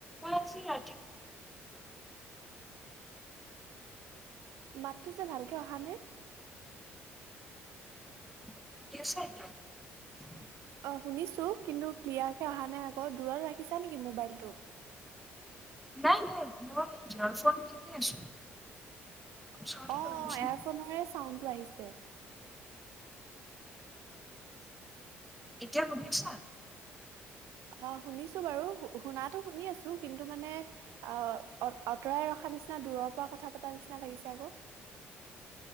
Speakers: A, in the centre; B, on the right.
A: মছ ৰা
B: বাতটো যে ভালকে অহা নে
A: <inaudible>
B: অ শুনিছো কিন্তু ক্লিয়াৰকে অহা নাই আকৌ দূৰত ৰাখিছা নেকি মোবাইলটো
A: নাই নাই মই জাৰ ফোন কিতি আছো ওচৰতে
B: অ
A: লৈ
B: অ
A: লৈছো
B: এয়াৰফোনৰে চাউডটো আহিছে
A: এতিয়া শুনি আছা
B: আহ শুনিছো বাৰু শুনাতটো শুনি আছো কিন্তু মানে আহ আঁতৰাই ৰখা নিচিনা দূৰৰ পৰা কথা পতা নিচিনা লাগিছে আকৌ